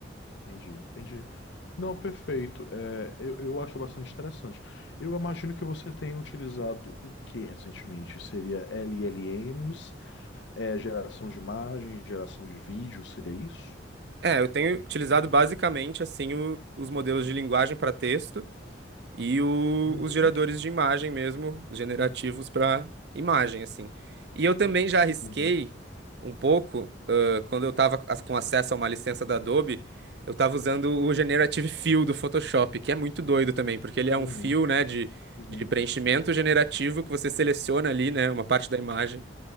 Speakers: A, on the left (about 65°); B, on the right (about 60°).
A: entendi, entendi. Não, perfeito. É, eu, eu acho bastante interessante. Eu imagino que você tenha utilizado o que recentemente? Seria LLMs, é, geração de imagens, geração de vídeo, seria isso?
B: É, eu tenho utilizado basicamente, assim, o- os modelos de linguagem para texto e o-
A: Uhum,
B: os geradores de imagem mesmo, os generativos para imagem, assim. E eu também já arrisquei
A: uhum,
B: um pouco, ãh, quando eu estava com acesso a uma licença da Adobe, eu estava usando o Generative Fill do Photoshop, que é muito doido também, porque ele é
A: uhum,
B: um fill né, de,
A: uhum,
B: de preenchimento generativo que você seleciona ali, né, uma parte da imagem.